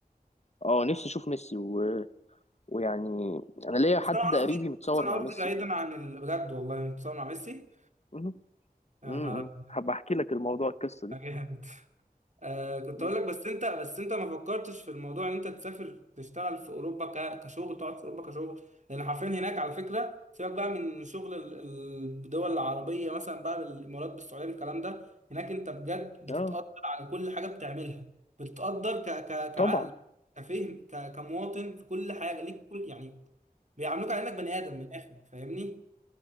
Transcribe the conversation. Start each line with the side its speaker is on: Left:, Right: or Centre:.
Left: اه نفسي اشوف ميسي و... ويعني انا ليا
Right: بس
Left: حد
Right: انا قصدي
Left: قريبي متصور
Right: بس انا
Left: مع ميسي
Right: قصدي بعيدا عن ال... بجد والله متصور مع ميسي
Left: مهم.
Right: يا
Left: مهم.
Right: نهار
Left: هبقى احكي لك الموضوع القصه دي
Right: أبيض. آه كنت
Left: مهم.
Right: اقول لك بس انت بس انت ما فكرتش في الموضوع ان انت تسافر تشتغل في اوروبا ك- كشغل تقعد في اوروبا كشغل لان حرفيا هناك على فكره سيبك بقى من شغل ال- ال- الدول العربيه مثلا بقى بالامارات بالسعوديه بالكلام ده هناك انت بجد بتتقدر
Left: اه
Right: على كل حاجه بتعملها بتتقدر ك ك كعقل
Left: طبعا
Right: كفهم ك كمواطن في كل حاجه ليك كل يعني بيعاملوك على انك بني ادم من الاخر فاهمني؟